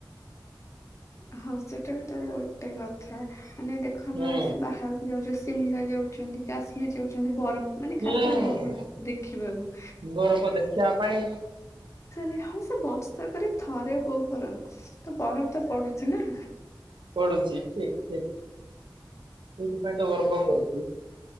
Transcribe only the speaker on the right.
ହୁଁ
ହୁଁ
ବରଫ ଦେ ଖିଆ ପାଇଁ
ପଡୁଚି ଠିକ ଠିକ, ସେଇଥିପାଇଁ ତ ଗର୍ବ କରୁଚି।